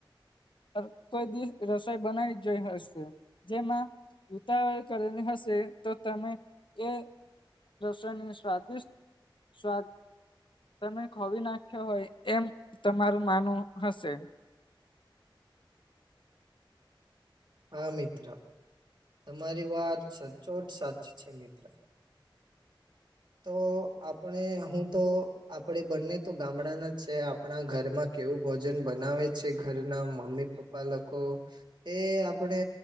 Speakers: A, on the left (about 70°); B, on the right (about 60°).
A: અ કોઈ દિવ રસોઈ બનાવી જોઈ હશે. જેમાં ઉતાવળ કરેલી હશે તો તમે એ રસોઈને સ્વાદિષ્ટ સ્વાદ તમે ખોવી નાખ્યો હોય એમ તમારું માનવું હશે.
B: હા મિત્ર, તમારી વાત સચોટ સાચી છે મિત્ર. તો આપણે હું તો આપણેે બંને તો ગામડાંના છે આપણા ઘરમાં કેવું ભોજન બનાવે છે. ઘરના મમ્મી પ પપ્પા લોકો એ આપ પે